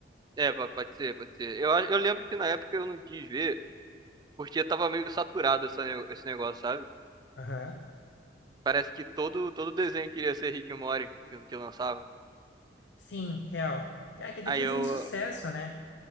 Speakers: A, on the right; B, on the left.
A: É, pa- pode ser, pode ser. Eu, acho- eu lembro que na época eu não quis ver, porque tava meio saturado essa ne- esse negócio, sabe?
B: Aham.
A: Parece que todo, todo desenho queria ser Rick e Morty que, que lançava.
B: Sim, real. É que ele
A: Aí
B: fez
A: eu,
B: muito sucesso, né?